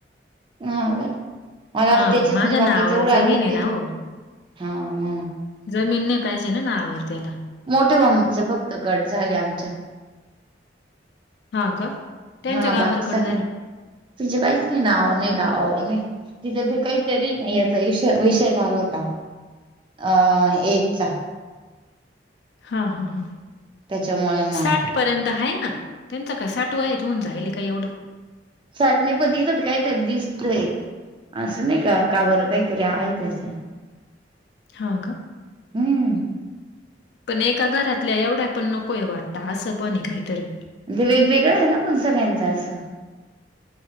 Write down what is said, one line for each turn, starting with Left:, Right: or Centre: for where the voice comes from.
Right: हा का मला
Left: हां,
Right: आ तर त्याच्याच
Left: माझ्या
Right: मी बाकीचेवढे
Left: नावावर
Right: आले
Left: जमीन
Right: होते
Left: आहे ना हो.
Right: हा म
Left: जमीन नाही पाहिजे ना ना आवर त्याला
Right: मोठेे फक्त गट झाले आमच्यात
Left: हा का त्यांच्या
Right: हा
Left: गाभरकडं
Right: बाकी सगळ
Left: झाली.
Right: तिझे काहीच नाही नाव नाही गावा नाही तिच्यां ते काही चरी नाही याचा विषय झाला होता अ एटचा
Left: हा हा हां
Right: त्याच्यामुळे मग
Left: साठ पर्यंत हा ना त्यांच काय साठव आहे होऊन जाईल का एवढं
Right: साठणे पण तथं काय तर दिसतय असं नाही का का बरं काहीतरी आहे त्याचं
Left: ह
Right: हम्म
Left: पण एका घरातल्या एवढ्या पण नकोय वाटत असं पण काहीतरी
Right: ते वेगवेगळं आहे ना पण सगळ्यांच असं